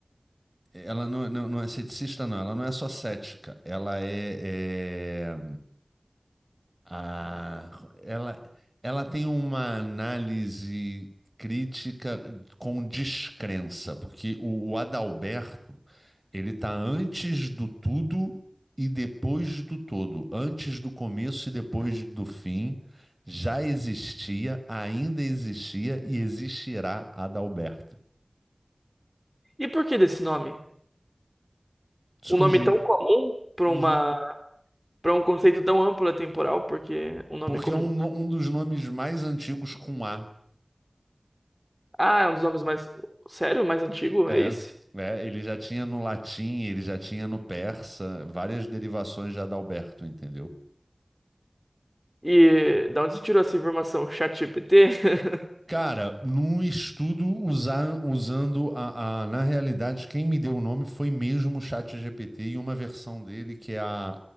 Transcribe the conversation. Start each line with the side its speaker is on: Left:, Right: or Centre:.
Right: ela não, não, não é ceticista, não, ela não é só cética, ela é, é, ah, ela, ela tem uma análise crítica com descrença, porque o, o Adalberto, ele tá antes do tudo e depois do todo, antes do começo e depois do fim, já existia, ainda existia e existirá Adalberto.
Centre: E por que desse nome?
Right: Surgiu.
Centre: Um nome tão comum para
Right: Uhum.
Centre: uma para um conceito tão amplo e temporal, porque é um nome
Right: Porque
Centre: comum.
Right: é um, no- um dos nomes mais antigos com A.
Centre: Ah, é um dos nomes mais sério, mais antigo,
Right: É,
Centre: é esse?
Right: é, ele já tinha no latim, ele já tinha no persa, várias derivações já da Alberto, entendeu?
Centre: E da onde você tirou essa informação? ChatGPT? <laughs>
Right: Cara, num estudo usa- usando a, a- na realidade, quem me deu o nome foi mesmo o ChatGPT e uma versão dele que é a,